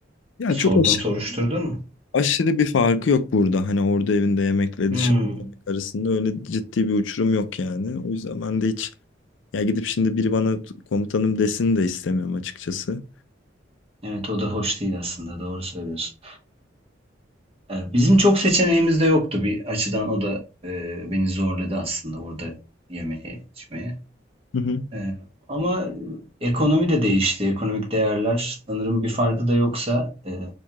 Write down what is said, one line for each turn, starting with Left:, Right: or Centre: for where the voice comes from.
Left: Ya
Right: Bir sordun
Left: çok aşırı,
Right: soruşturdun mu?
Left: aşırı bir farkı yok burada. Hani orada evinde yemekle
Right: Hmm.
Left: dışarıda yemek arasında öyle ciddi bir uçurum yok yani. O yüzden ben de hiç Ya gidip şimdi biri bana komutanım desin de istemiyorum açıkçası.
Right: Evet o da hoş değil aslında doğru söylüyorsun. Ee, Bizim çok seçeneğimiz de yoktu bir açıdan o da e, beni zorladı aslında orada yemeğe içmeye.
Left: Hı hı.
Right: Ee, Ama e, ekonomi de değişti. Ekonomik değerler sanırım bir farkı da yoksa e,